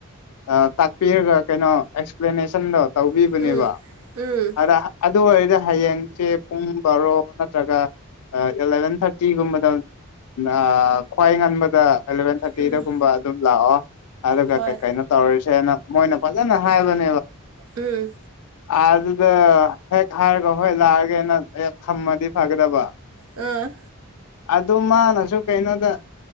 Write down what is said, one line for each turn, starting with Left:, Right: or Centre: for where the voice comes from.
Left: ꯑ ꯇꯥꯛꯄꯤꯔꯒ ꯀꯩꯅꯣ ꯑꯦꯛꯁ ꯄ꯭ꯂꯦꯅꯦꯁꯟꯗꯣ ꯇꯧꯕꯤꯕꯅꯦꯕ
Right: ꯎꯝ ꯎꯝ
Left: ꯑꯗ ꯑꯗꯨ ꯑꯣꯏꯔꯗꯤ ꯍꯌꯦꯡꯆꯦ ꯄꯨꯡ ꯕꯥꯔꯣ ꯅꯠꯇ꯭ꯔꯒ ꯑ ꯑꯦꯂꯚꯦꯟ ꯊꯥꯔꯇꯤꯒꯨꯝꯕꯗ ꯑ ꯈ꯭ꯋꯥꯏ ꯉꯟꯕꯗ ꯑꯦꯂꯚꯦꯟ ꯊꯥꯔꯇꯤꯗꯒꯨꯝꯕ
Right: ꯎꯝ
Left: ꯑꯗꯨꯝ ꯂꯥꯛꯑꯣ ꯑꯗꯨꯒ
Right: ꯍꯣꯏ
Left: ꯀꯩ ꯀꯩꯅꯣ ꯇꯧꯔꯁꯦꯅ ꯃꯣꯏꯅ ꯐꯖꯅ ꯍꯥꯏꯕꯅꯦ
Right: ꯎꯝ
Left: ꯑꯥ ꯑꯗꯨꯗ ꯍꯦꯛ ꯍꯥꯏꯔꯒ ꯍꯣꯏ ꯂꯥꯛꯑꯒꯦꯅ ꯍꯦꯛ ꯊꯝꯃꯗꯤ ꯐꯒꯗꯕ
Right: ꯑ
Left: ꯑꯗꯨꯝ ꯃꯥꯅꯁꯨ ꯀꯩꯅꯣꯗ